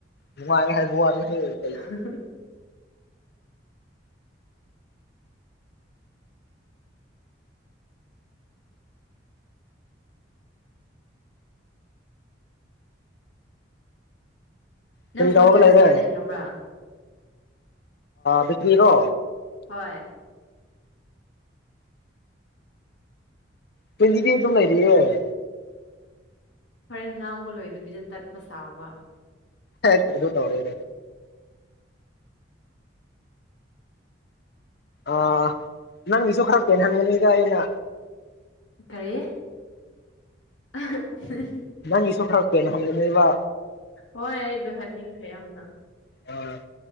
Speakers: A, on the left (about 55°); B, on the left (about 80°).
A: ꯅꯨꯡꯉꯥꯏ ꯍꯥꯏꯕ ꯋꯥꯅꯤꯁꯦ ꯀꯩ
B: <inaudible> ꯅꯪ
A: ꯀꯔꯤ
B: ꯐꯣꯟ
A: ꯇꯧꯔꯒ
B: ꯆꯥꯔꯖ
A: ꯂꯩꯔꯦ
B: ꯀꯌꯥ ꯂꯩꯈ꯭ꯔꯕ꯭ꯔꯥ
A: ꯕꯤꯀ꯭ꯔꯤꯔꯣ
B: ꯍꯣꯏ
A: ꯇ꯭ꯋꯦꯟꯤ ꯐꯤ ꯑꯗꯨꯝ ꯂꯩꯔꯤꯑꯌꯦ
B: ꯍꯣꯔꯦꯟ ꯉꯥꯡꯕ ꯂꯣꯏꯗꯕꯤꯗ ꯇꯠꯄ ꯁꯥꯕ
A: ꯍꯥꯏ ꯗ ꯇꯔꯦꯗꯣ ꯑ ꯅꯪꯒꯤꯁꯨ ꯈꯔ ꯄꯦꯟꯍꯟꯒꯅꯤꯗ ꯑꯩꯅ
B: ꯀꯔꯤ <unintelligible>
A: ꯅꯪꯒꯤꯁꯨ ꯈꯔ ꯄꯦꯟꯍꯟꯒꯅꯦꯕ
B: ꯍꯣꯏ ꯑꯩ ꯂꯣꯢꯍꯟꯅꯤꯡꯈ꯭ꯔꯦ ꯌꯥꯝꯅ
A: ꯑ